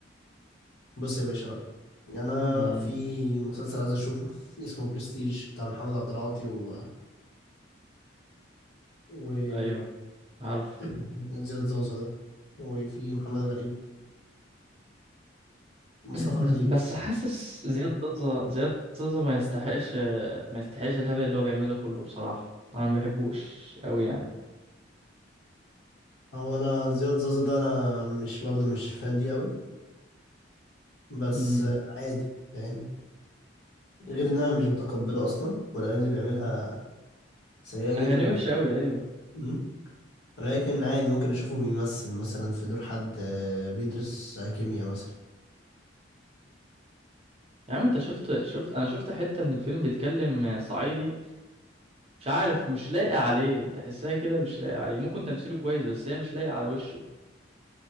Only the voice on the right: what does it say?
امم
ايوه عارفه
<clears throat>
بس حاسس زياد زازا زياد زازا ما يستحقش ما يستحقش الهبل اللي هو بيعمله ده كله بصراحة انا ما بحبوش قوي يعني
امم
اغاني
وحشة قوي
ايوه
يا عم انت شفت شفت انا شفت حتة من الفيلم بيتكلم صعيدي مش عارف مش لايقة عليه تحسها كده مش لايقة عليه ممكن تمثيله كويس بس هي مش لايقة على وشه